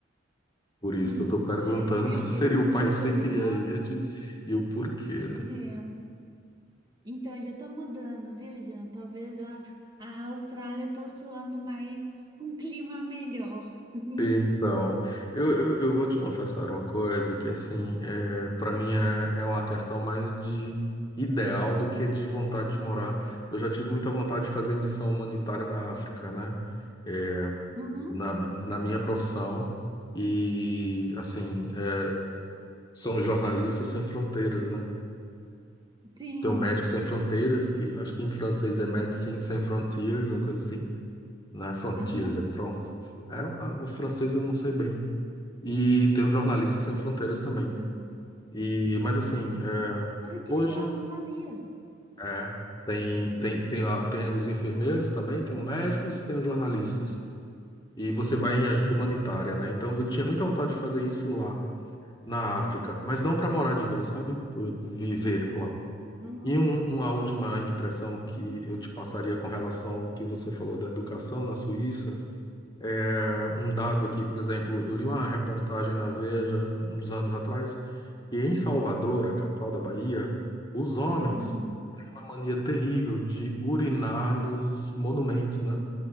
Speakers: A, on the left; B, on the right.
A: Por isso
B: Hum.
A: que eu estou perguntando
B: Viu?
A: qual seria
B: Querendo
A: o país
B: fugir
A: que
B: do
A: você
B: alemão.
A: queria ir e de- e o porquê, né?
B: É. Então, eu já tô mudando, viu, Jean? Talvez a, a Austrália tá soando mais um clima melhor. <laughs>
A: Então, eu, eu, eu vou te confessar uma coisa que, assim, é, para mim é, é uma questão mais de ideal do que de vontade de morar. Eu já tive muita vontade de fazer missão humanitária na África, né? É,
B: Uhum.
A: na, na minha profissão. E, assim, é, são jornalistas sem fronteiras, né?
B: Sim.
A: Tem o Médicos Sem Fronteiras, que eu acho que em francês é
B: E-
A: Médecins Sans Frontières, uma coisa assim. Não é Frontiers,
B: Aham.
A: é, fron, é o francês eu não sei bem. E tem o Jornalistas Sem Fronteiras também.
B: aham.
A: E, mas assim, é,
B: Ai,
A: hoje
B: que legal, não sabia.
A: é, tem, tem, tem, a- tem os enfermeiros também, tem os médicos, tem os jornalistas. E você
B: Uhum.
A: vai em ajuda humanitária, né? Então eu tinha muita vontade de fazer isso lá na África, mas não para morar de vez, sabe? Por viver lá.
B: Uhum.
A: E um- uma última impressão que eu te passaria com relação ao que você falou da educação na Suíça. É, um dado aqui, por exemplo, eu li uma reportagem na Veja uns anos atrás E em Salvador, a capital da Bahia, os homens
B: Uhum.
A: têm uma mania terrível de urinar nos monumentos, né?